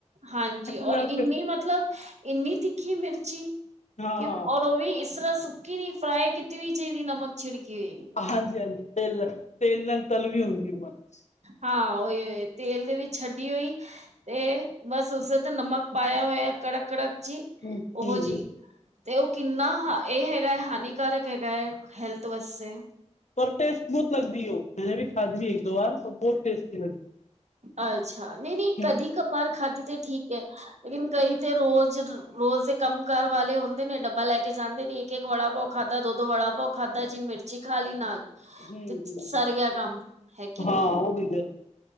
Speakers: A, on the right; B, on the left.
A: ਹਾਂਜੀ ਔਰ
B: ਨਾਲ
A: ਇੰਨੀ
B: ਫਿਰ-
A: ਮਤਲਬ ਇੰਨੀ ਤਿੱਖੀ ਮਿਰਚੀ,
B: ਹਾਂ
A: ਕਿ
B: ਹਾਂ
A: ਔਰ ਉਹ ਵੀ ਇਸ ਤਰ੍ਹਾਂ ਸੁੱਕ ਕਿ ਨੀ ਫਰਾਈ ਕੀਤੀ ਵੀ ਚਾਹੀਦੀ ਨਮਕ ਛਿੜਕੀ ਏ।
B: ਹਾਂਜੀ-ਹਾਂਜੀ, ਤੇਲ-ਤੇਲ ਨਾਲ ਤਲ ਵੀ ਹੁੰਦੀ ਉ ਮਰਚ।
A: ਹਾਂ ਓਓ ਏ ਤੇਲ ਦੇ ਵਿੱਚ ਛੱਡੀ ਹੋਈ ਤੇ ਬਸ ਉਸੇ ਤੇ ਨਮਕ ਪਾਇਆ ਹੋਇਆ ਕੜਕ-ਕੜਕ ਜੀ
B: ਹੂੰ ਹੂੰ
A: ਉਹ ਜਿ ਤੇ ਉਹ ਕਿੰਨਾ ਹ ਇਹ ਹੈਗਾ ਹੈ, ਹਾਨੀਕਾਰਕ ਹੈਗਾ ਹੈ ਹੈਲਥ ਵਾਸਤੇ।
B: ਪਰ ਟੇਸਟ ਬਹੁਤ ਲੱਗਦੀ ਉਹ ਮੈਂ ਵੀ ਖਾਦੀ ਦੀ ਹੈ ਇੱਕ ਵਾਰ, ਬਹੁਤ ਟੇਸਟੀ ਲੱਗਦੀ।
A: ਅੱਛਾ ਨਹੀਂ ਨਹੀਂ
B: ਹੂੰ
A: ਕਦੀ ਕਬਾਰ ਖਾਦੀ ਤੇ ਠੀਕ ਹੈ, ਲੇਕਿਨ ਕਈ ਤੇ ਰੋਜ਼ ਰੋਜ਼ ਦੇ ਕੰਮ ਕਾਰ ਵਾਲੇ ਹੁੰਦੇ ਨੇ, ਡੱਬਾ ਲੈ ਕੇ ਜਾਂਦੇ ਨੇ। ਇੱਕ-ਇੱਕ ਵੜਾ ਪਾਓ ਖਾਦਾ, ਦੋ ਦੋ ਵੜਾ ਪਾਓ ਖਾਦਾ ਜੀ ਮਿਰਚੀ ਖਾਲੀ ਨਾਲ,
B: ਹੂੰ
A: ਤੇ
B: ਹੂੰ
A: ਸਰ ਗਿਆ ਕੰਮ। ਹੈ ਕੇ ਨੀ।
B: ਹਾਂ ਉਹ ਵੀ ਗ <unintelligible>